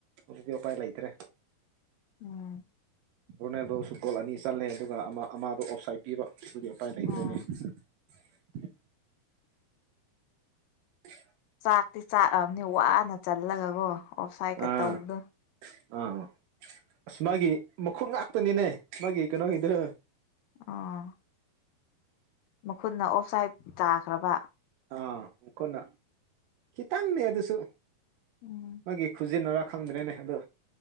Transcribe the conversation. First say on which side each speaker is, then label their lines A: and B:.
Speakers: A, on the right (about 75°); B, on the left (about 80°).
A: ꯍꯧꯖꯤꯛꯇꯤ ꯎꯄꯥꯏ ꯂꯩꯇꯔꯦ
B: ꯎꯝ
A: ꯔꯣꯅꯦꯜꯗꯣ ꯁꯨ ꯒꯣꯜ ꯑꯅꯤ ꯆꯜꯂꯦ ꯑꯗꯨꯒ ꯑꯃ ꯑꯃꯗꯣ ꯑꯣꯐꯁꯥꯏꯠ ꯄꯤꯔꯛꯄꯗꯨ ꯎꯄꯥꯏ ꯂꯩꯇ꯭ꯔꯦꯅꯦ
B: ꯑꯣ
A: <unintelligible> <unintelligible>
B: ꯆꯥꯛꯇꯤ ꯆꯥꯛꯑꯕꯅꯤ ꯋꯥꯅ ꯆꯜꯂꯒꯀꯣ ꯑꯣꯐ ꯁꯥꯏꯠꯀ
A: ꯑꯥ
B: ꯇꯧꯕꯗꯣ
A: ꯑꯥ ꯑꯁ ꯃꯥꯒꯤ ꯃꯈꯨꯠ ꯉꯥꯛꯄꯅꯤꯅꯦ ꯃꯥꯒꯤ ꯀꯩꯅꯣꯒꯤꯗ꯭ꯔꯥ
B: ꯑꯥ ꯃꯈꯨꯠꯅ ꯑꯣꯐ ꯁꯥꯏꯠ ꯇꯥꯈ꯭ꯔꯕ
A: ꯑꯥ ꯃꯈꯣꯏꯅ ꯈꯤꯇꯪꯅꯦ ꯑꯗꯨꯁꯨ
B: ꯎꯝ
A: ꯃꯥꯒꯤ ꯈꯨꯖꯤꯟꯅꯔꯛ ꯈꯪꯗ꯭ꯔꯦꯅꯦ ꯑꯗꯣ